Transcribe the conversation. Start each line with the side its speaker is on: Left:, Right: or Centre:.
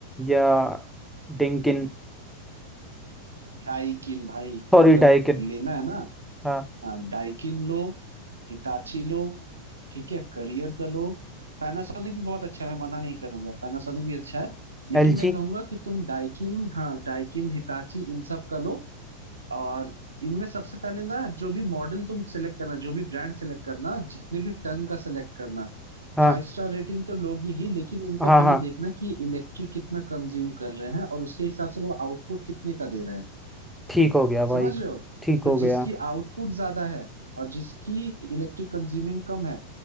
Centre: या डिंकिन
Right: डाइकिन भाई
Centre: Sorry
Right: अगर
Centre: Daikin
Right: लेना है ना
Centre: हाँ
Right: हाँ डाइकिन लो हिताची लो ठीक है करियर का लो पैनासोनिक भी बहुत अच्छा है मैं मना नहीं करूंगा पैनासोनिक भी अच्छा है लेकिन
Centre: एलजी
Right: मैं कहूंगा कि तुम डाइकिन हाँ डाइकिन हिताची इन सब का लो और इनमें सबसे पहले ना जो भी मॉडल तुम सेलेक्ट करना जो भी ब्रांड सेलेक्ट करना जितने भी टन का सेलेक्ट करना
Centre: हाँ
Right: फाइव स्टार रेटिंग तो लोगे ही लेकिन इनका
Centre: हाँ
Right: पहले
Centre: हाँ
Right: देखना कि इलेक्ट्रिक कितना कंज्यूम कर रहे हैं और उसके हिसाब से वो आउटपुट कितने का दे रहे हैं
Centre: ठीक हो गया
Right: समझ
Centre: भाई
Right: रहे हो
Centre: ठीक हो
Right: तो
Centre: गया
Right: जिसकी आउटपुट ज्यादा है और जिसकी इलेक्ट्रिक कंज्यूमिंग कम है